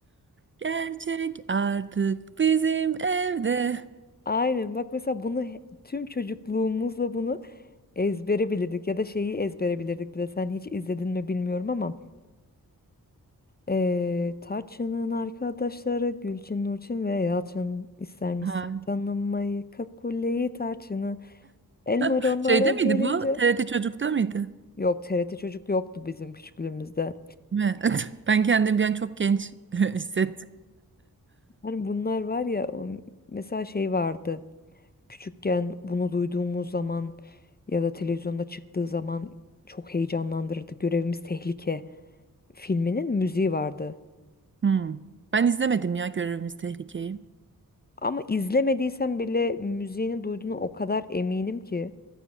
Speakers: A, on the right; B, on the left.
A: gerçek artık bizim evde.
B: Aynen bak mesela bunu he- tüm çocukluğumuzla bunu Ezbere bilirdik ya da şeyi ezbere bilirdik bile. Sen hiç izledin mi bilmiyorum ama eee Tarçın'ın arkadaşları Gülçin, Nurçin ve Yalçın ister misin?
A: Ha.
B: Tanımayı, Kakule'yi, Tarçın'ı. Elmer
A: <laughs>
B: onlara
A: Şeyde
B: gelince
A: miydi bu? TRT Çocuk'ta mıydı?
B: yok TRT Çocuk yoktu bizim küçüklüğümüzde.
A: Mi? <laughs> Ben kendim bir an çok genç <laughs> hissettim.
B: Hani bunlar var ya o- m- mesela şey vardı. Küçükken bunu duyduğumuz zaman ya da televizyonda çıktığı zaman çok heyecanlandırırdı. Görevimiz Tehlike filminin müziği vardı.
A: Hmm. Ben izlemedim ya Görevimiz Tehlike'yi.
B: Ama izlemediysen bile müziğini duyduğunu o kadar eminim ki